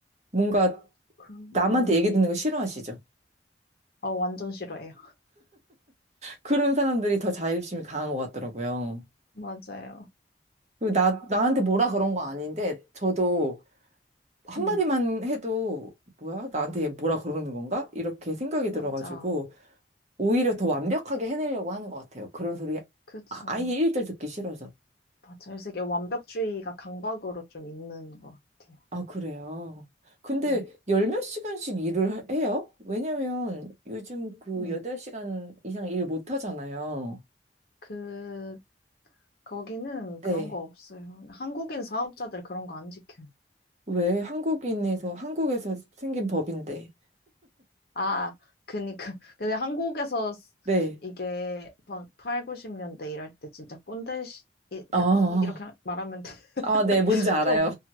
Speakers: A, on the right; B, on the left.
A: 뭔가
B: 그,
A: 남한테
B: 네.
A: 얘기 듣는 거 싫어하시죠?
B: 아, 완전 싫어해요.
A: 그런 사람들이 더 자립심이 강한 것 같더라고요.
B: 맞아요.
A: 그리고 나, 나한테 뭐라 그런 거 아닌데, 저도 한마디만
B: 음,
A: 해도, 뭐야? 나한테 얘 뭐라 그러는 건가? 이렇게 생각이
B: 맞아.
A: 들어가지고, 오히려 더 완벽하게 해내려고 하는 것 같아요. 그런 소리,
B: 그쵸.
A: 아- 아예 일절 듣기 싫어서.
B: 맞아요. 그래서 이게 완벽주의가 강박으로 좀 있는 것 같아요.
A: 아, 그래요. 근데
B: 음,
A: 열 몇 시간씩 일을 하- 해요? 왜냐면 요즘 그
B: 네.
A: 여덟 시간 이상 일 못 하잖아요.
B: 그, 거기는
A: 네.
B: 그런 거 없어요. 한국인 사업자들 그런 거 안 지켜요.
A: 왜 한국인에서, 한국에서 생긴 법인데.
B: 아, 그니까. <laughs> 근데 한국에서 s-
A: 네.
B: 이게 막 8, 90년대 이럴 때 진짜 꼰대, 시, 이- 그러니까
A: 아,
B: 꼰- 이렇게 말하면 <laughs>
A: 아, 네, 뭔지 알아요.
B: 좀,